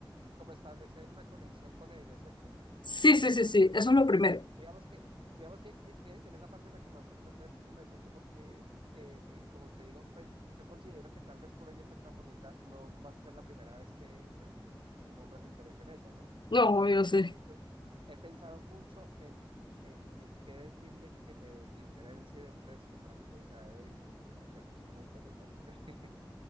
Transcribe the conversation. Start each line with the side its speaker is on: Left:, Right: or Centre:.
Right: como establecer una conexión con ella, ¿cierto?
Left: Sí, sí, sí, sí, eso es lo primero.
Right: Digamos que, digamos que, que- que en esa parte es la que más nervioso me siento porque, eh, como te digo, pues yo considero que tal vez por ella ser tan bonita no va a ser la primera vez que pues, un hombre se interese en ella, ¿no?
Left: No, yo
Right: Entonces
Left: sé. <laughs>
Right: yo he pensado mucho en, en, en qué decirle que me diferencie del resto para que ella diga, y este muchacho es como interesante. <laughs>